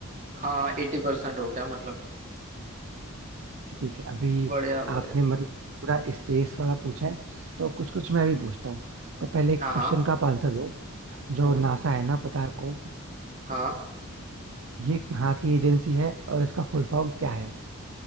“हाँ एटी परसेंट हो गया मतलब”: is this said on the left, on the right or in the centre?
Right